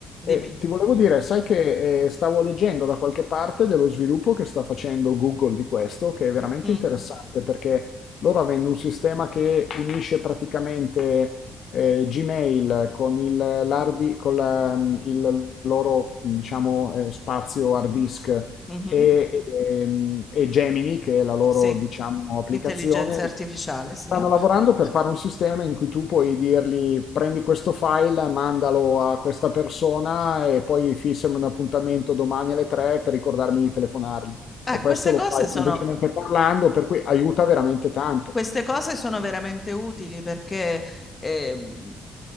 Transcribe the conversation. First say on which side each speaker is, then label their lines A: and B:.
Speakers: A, on the left (about 25°); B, on the left (about 65°).
A: Dimmi.
B: eh, ti volevo dire, sai che eh, stavo leggendo da qualche parte dello sviluppo che sta facendo Google di questo, che è veramente
A: Mm?
B: interessante perché loro avendo un sistema che unisce praticamente eh, Gmail con il, l'hard di- con la- il loro, diciamo, eh, spazio hard disk
A: Mhm.
B: e ehm, e Gemini, che è la loro,
A: Sì,
B: diciamo, applicazione,
A: intelligenza artificiale, sì.
B: stanno lavorando per fare un sistema in cui tu puoi dirgli prendi questo file, mandalo a questa persona e poi fissami un appuntamento domani alle 3 per ricordarmi di telefonargli.
A: Eh,
B: E questo
A: queste
B: lo
A: cose
B: fai
A: sono,
B: semplicemente parlando, per cui aiuta veramente tanto.
A: queste cose sono veramente utili perché ehm,